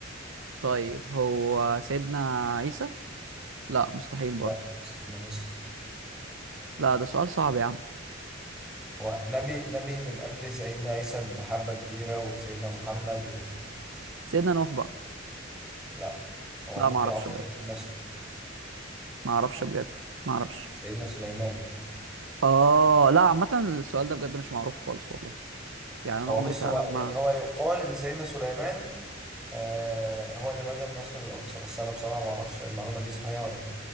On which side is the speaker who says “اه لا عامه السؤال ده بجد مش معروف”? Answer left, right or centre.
Right